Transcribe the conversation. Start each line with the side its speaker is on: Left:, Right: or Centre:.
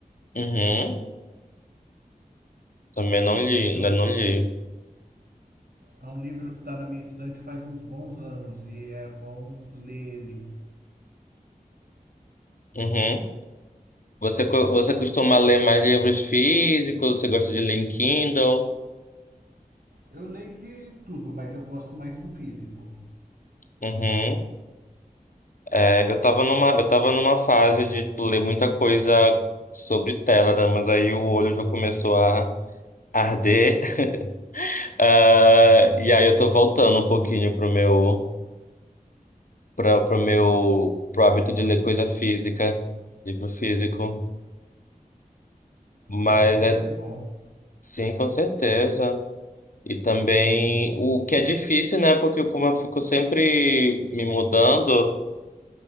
Left: Uhum. Também não li,
Right: que
Left: ainda
Right: é um,
Left: não li.
Right: é um livro que está na minha estante faz uns bons anos e é bom ler ele.
Left: Uhum. Você, co- você costuma ler mais livros físicos? Você gosta de ler em Kindle?
Right: Eu leio de tudo, mas eu gosto mais do físico.
Left: Uhum. É, eu tava numa, eu tava numa fase de tipo, ler muita coisa sobre tela, né? Mas aí o olho já começou a arder. <laughs> Ah, e aí eu tô voltando um pouquinho pro meu, pra, pro meu, pro hábito de ler coisa física, livro físico. Mas
Right: Ah, é sempre
Left: é,
Right: bom.
Left: sim, com certeza. E também o que é difícil, né? Porque como eu fico sempre me mudando.